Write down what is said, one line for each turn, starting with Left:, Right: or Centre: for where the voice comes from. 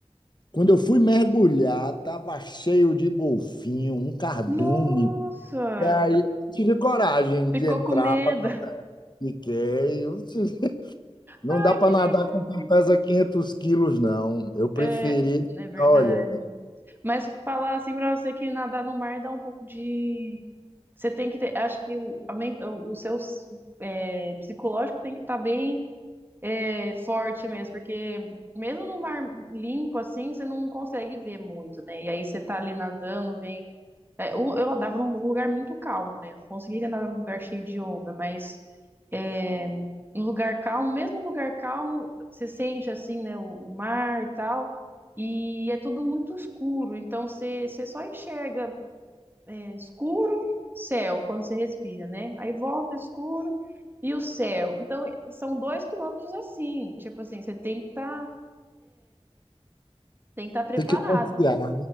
Left: Quando eu fui mergulhar, estava cheio de golfinho, um cardume.
Right: nossa!
Left: E aí eu tive coragem
Right: Ficou
Left: de entrar,
Right: com medo. <laughs>
Left: fiquei. Eu disse, Não
Right: Ai,
Left: dá para
Right: que
Left: nadar
Right: legal.
Left: com quem pesa 500 quilos, não. Eu preferi,
Right: É, é verdade.
Left: olha, <laughs>
Right: Mas falar assim pra você que nadar no mar dá um pouco de. Você tem que ter. Acho que o, a men- o seu é, psicológico tem que estar bem é, forte mesmo, porque mesmo no mar limpo assim, você não consegue ver muito, né? E aí você tá ali nadando, vem. É, Eu, eu nadava num lugar muito calmo, né? Eu não conseguiria nadar num lugar cheio de onda, mas é, um lugar calmo, mesmo um lugar calmo, você sente assim, né? O, o mar e tal, e é tudo muito escuro, então você, você só enxerga é, escuro, céu, quando você respira, né? Aí volta o escuro e o céu. Então são dois quilômetros assim, tipo assim, você tem que estar. tem que estar preparado,
Left: tem que confiar, né?